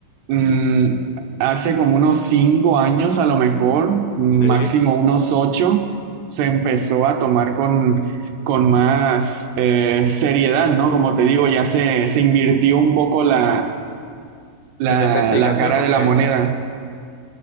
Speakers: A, on the right; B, on the left.
A: Mm, hace como unos cinco años, a lo mejor, máximo
B: Sí.
A: unos ocho, se empezó a tomar con, con más eh, seriedad, ¿no? Como te digo, ya se, se invirtió un poco la, la,
B: ¿En la investigación
A: la cara
B: o
A: de
B: qué?
A: la moneda.